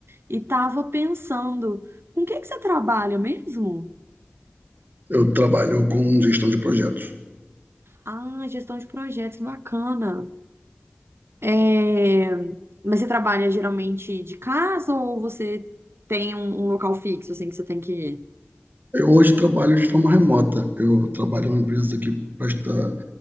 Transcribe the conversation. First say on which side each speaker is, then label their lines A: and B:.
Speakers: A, on the right; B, on the right.
A: e tava pensando, com o que que você trabalha mesmo?
B: Eu trabalho com gestão de projetos.
A: Ah, gestão de projetos, que bacana. É, Mas você trabalha geralmente de casa ou você tem um, um local fixo, assim, que você tem que ir?
B: Eu hoje trabalho de forma remota. Eu trabalho em uma empresa que presta